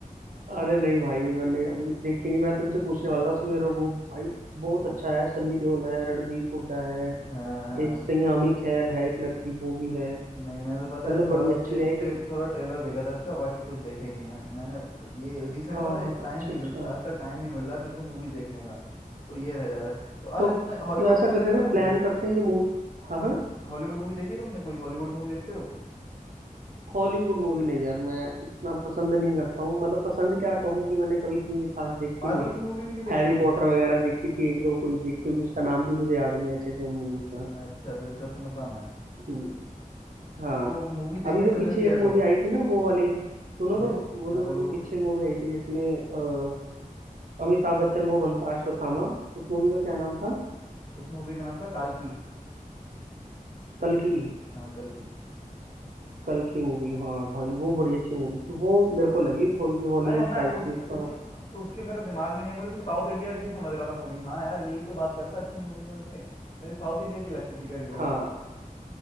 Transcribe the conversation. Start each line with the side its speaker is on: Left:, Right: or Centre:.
Right: अरे नहीं भाई मैंने अभी देखी नहीं मैं तुमसे पूछने वाला था उसमें रो- वो भाई बहुत
Left: हम्म,
Right: अच्छा है सनी देओल है रणदीप हुड्डा है
Left: हाँ हाँ
Right: एक सयामी खैर है एक लड़की वो भी है
Left: नहीं मैंने तो
Right: मतलब
Left: पता है थोड़ा
Right: बड़ी
Left: बस
Right: अच्छी
Left: ट्रेल,
Right: है एक
Left: ट्रेल थोड़ा ट्रेलर देखा था इसका बाकी कुछ देखा ही नहीं है मैंने ब- ये रिसेंट
Right: हाँ
Left: पता है
Right: हाँ
Left: टाइम
Right: अच्छा
Left: नहीं
Right: अच्छा
Left: मिल आजकल टाइम नहीं मिल रहा है बिल्कुल मूवीज देखने का तो ये रह जा रहा है तो अरे
Right: तो
Left: तुमने हॉलीवुड
Right: तो ऐसा
Left: मूवी
Right: करते
Left: देखते
Right: हैं ना
Left: हो तुम
Right: प्लान करते हैं ये मूवी हाँ हाँ
Left: हॉलीवुड मूवी देखी है तुमने कोई हॉलीवुड मूवी देखते हो
Right: हॉलीवुड मूवी नहीं यार मैं इतना पसंद नहीं करता हूँ मतलब पसंद क्या कहूँ कि मैंने कभी इतनी भी खास देखी
Left: मार्वल
Right: नहीं है
Left: की मूवी भी नहीं देखते
Right: हैरी
Left: तुम
Right: पॉटर वगैरह देखी थी एक दो कोई देखी होगी उसका नाम भी मुझे याद नहीं है अच्छे से उन मूवीज का
Left: अच्छा तो इंटरेस्ट में कम है
Right: हम्म हाँ
Left: तो मूवी
Right: अभी
Left: देखने
Right: जो
Left: चलने
Right: पीछे
Left: की कह
Right: एक मूवी
Left: रहे हो
Right: आई थी ना वो वाली सुनो
Left: हैं
Right: तो वो
Left: हाँ
Right: जो
Left: बोलो
Right: अभी
Left: बोलो
Right: पीछे मूवी आई थी जिसमें अ, अमिताभ बच्चन वो बनता अश्वत्थामा उस मूवी का क्या नाम था
Left: उस मूवी का नाम था काल्की
Right: कल की
Left: हाँ कल्कि
Right: कल की मूवी हाँ भाई वो बड़ी अच्छी मूवी थी वो मेरे को लगी थोड़ी सी हॉलीवुड
Left: अरे मैं
Right: टाइप
Left: उसी
Right: की उसका
Left: उसी उसके मेरे दिमाग में नहीं है मैं उसको साउथ इंडिया की समझ रहा था मूवी हाँ यार यही तो बात कर रहा था अच्छी मूवी में से मुझे साउथ इंडिया की लगती थी कभी कभी
Right: हाँ
Left: वो